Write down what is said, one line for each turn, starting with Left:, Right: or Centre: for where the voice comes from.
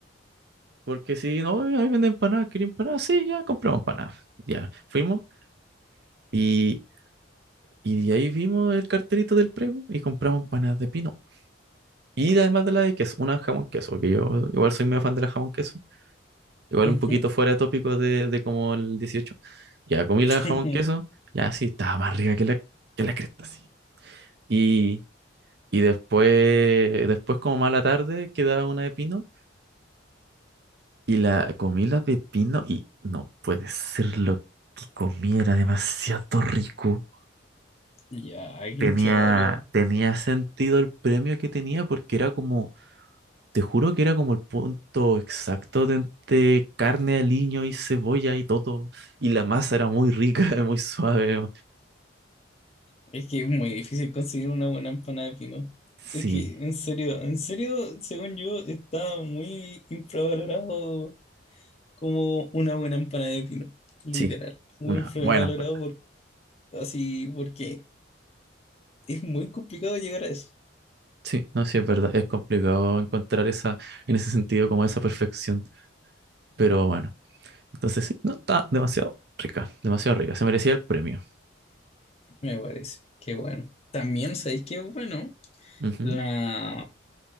Right: porque si no, "Ay, ahí venden empanadas, quería empanadas, sí, ya compramos empanadas, ya, fuimos y, y de ahí vimos el cartelito del premio y compramos empanadas de pino. Y además de la de queso, una jamón queso, que yo igual soy medio fan de la jamón queso, igual
Left: ujú.
Right: un poquito fuera de tópico de, de como el dieciocho Ya comí
Left: <laughs>
Right: la jamón queso, ya sí, estaba más rica que la, que la cresta, sí. Y después, después como más a la tarde, quedaba una de pino. Y la comí la de pino y no puede ser lo que comí, era demasiado rico.
Left: Ya, qué
Right: Tenía,
Left: choro.
Right: tenía sentido el premio que tenía porque era como, te juro que era como el punto exacto de entre carne, aliño y cebolla y todo. Y la masa era muy rica, <laughs> muy suave.
Left: Es que es muy difícil conseguir una buena empanada de pino.
Right: Sí,
Left: Es que, en serio, en serio, según yo, está muy infravalorado como una buena empanada de pino, literal.
Right: sí,
Left: Muy
Right: una buena
Left: valorado
Right: empanada.
Left: por, así porque es muy complicado llegar a eso,
Right: Sí, no, sí, es verdad, es complicado encontrar esa, en ese sentido, como esa perfección. Pero bueno, entonces sí, no, está demasiado rica, demasiado rica. Se merecía el premio.
Left: me parece. Qué bueno. También sabéis que bueno,
Right: Ujú.
Left: la